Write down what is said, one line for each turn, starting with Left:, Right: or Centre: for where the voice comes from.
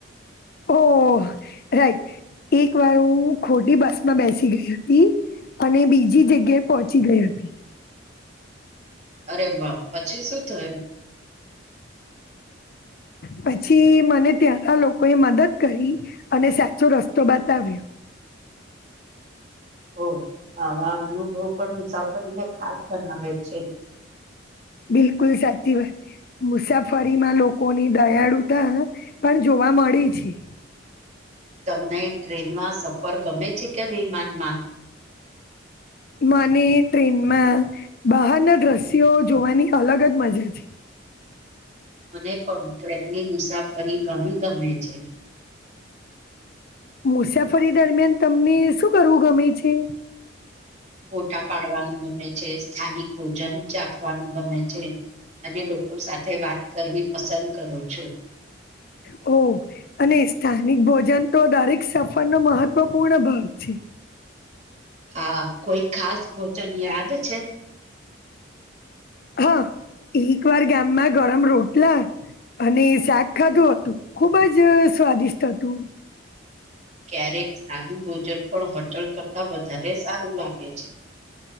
Left: ઓ રાઈટ એક વાર હું ખોટી બસ માં બેસી ગઈ હતી અને બીજી જગ્યાએ પહોંચી ગઈ હતી.
Right: <inaudible> અરે વાહ પછી શું થયું?
Left: પછી મને ત્યાના લોકોએ મદદ કરી અને સાચો રસ્તો બતાવ્યો.
Right: <inaudible> ઓ આવા અનુભવ પણ મુસાફરીને ખાસ બનાવે છે.
Left: બિલકુલ સાચી વાત મુસાફરીમાં લોકોની દયાળુતા પણ જોવા મળી છે.
Right: તમને ટ્રેનમાં સફર ગમે છે કે વિમાનમાં?
Left: મને ટ્રેનમાં બહારના દ્રશ્યો જોવાની અલગ જ મજા છે.
Right: મને પણ ટ્રેનની મુસાફરી ગણી ગમે છે.
Left: મુસાફરી દરમિયાન તમને શું કરવું ગમે છે?
Right: ફોટા પાડવાનું ગમે છે, સ્થાનિક ભોજન ચાખવાનું ગમે છે. અને લોકો સાથે વાત કરવી પસંદ કરું છું.
Left: ઓ અને સ્થાનિક ભોજન તો દરેક સફર નો મહત્વપૂર્ણ ભાગ છે.
Right: હા કોઈ ખાસ ભોજન યાદ છે?
Left: હા એક વાર ગમમાં ગરમ રોટલા અને શાક ખાધું હતું, ખુબ જ સ્વાદિષ્ટ હતું.
Right: ક્યારેક સાદું ભોજન પણ હોટલ કરતાં વધારે સારું લાગે છે.